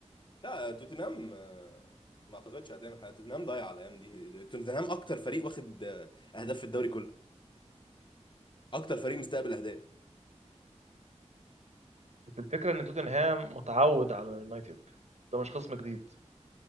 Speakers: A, on the left (about 40°); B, on the right (about 70°).
A: لا توتنهام آه، ما اعتقدش هتعمل حاجه توتنهام ضايع على الايام دي توتنهام اكتر فريق واخد آه، اهداف في الدوري كله اكتر فريق مستقبل اهداف
B: بس الفكره ان توتنهام متعود على اليونايتد ده مش خصم جديد